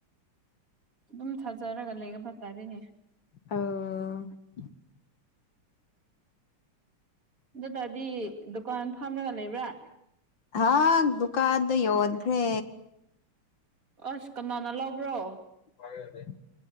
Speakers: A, on the right; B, on the left.
A: ꯑꯗꯨꯝ ꯊꯥꯖꯔꯒ ꯂꯩꯒ ꯐꯠꯇꯔꯤꯅꯦ
B: <unintelligible>
A: ꯑꯗꯨꯗꯗꯤ ꯗꯨꯀꯥꯟ ꯐꯝꯂꯒ ꯂꯩꯕ꯭ꯔꯥ꯫
B: ꯑꯥꯥ ꯗꯨꯀꯥꯟꯗ ꯌꯣꯟꯈ꯭ꯔꯦ꯫
A: ꯑꯁ ꯀꯅꯥꯅ ꯂꯧꯕ꯭ꯔꯣ꯫
B: <unintelligible>